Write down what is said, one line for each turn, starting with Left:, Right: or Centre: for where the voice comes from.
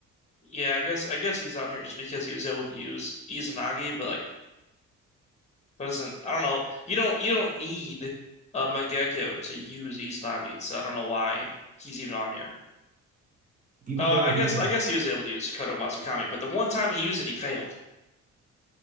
Left: Yeah, I guess I guess he's on here just because he was able to use Izanagi, but like that doesn't. I don't know. You don't you don't need uh, Mangekyo to use Izanagi, so I don't know why he's even on here.
Right: Even
Left: Oh,
Right: though
Left: I
Right: he
Left: guess
Right: was
Left: I
Right: a
Left: guess he was able to use Kodo Matsukami, but the one time he used it, he failed.